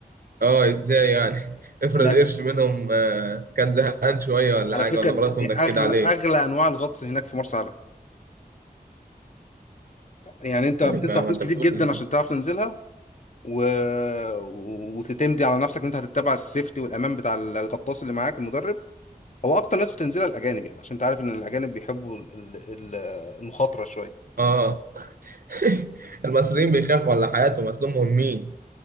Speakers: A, on the right (about 65°); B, on the left (about 50°).
A: اه ازاي يعني <laughs> افرض
B: لأن-
A: قرش منهم آه، كان زهقان شوية ولا
B: على
A: حاجة
B: فكره
A: ولا
B: دي
A: مراته منكدة
B: اغلى
A: عليه
B: اغلى انواع الغطس هناك في مرسى علم يعني انت
A: طيب
B: بتدفع
A: يا
B: فلوس
A: ما انت
B: كتير
A: بتقول
B: جدا عشان تعرف تنزلها و... و- وتتمدي على نفسك ان انت هتتبع السيفتي والامان بتاع الغطاس اللي معاك المدرب هو اكتر ناس بتنزلها الاجانب يعني عشان تعرف ان الاجانب بيحبوا ال- ال- المخاطره شويه
A: اه <laughs> المصريين بيخافوا على حياتهم اصل هم مهمين